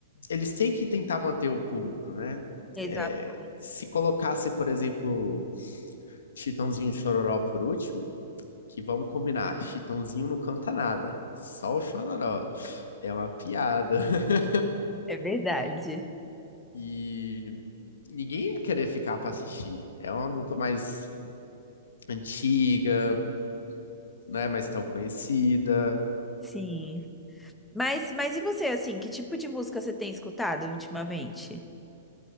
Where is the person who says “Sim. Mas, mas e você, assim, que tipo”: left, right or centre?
Centre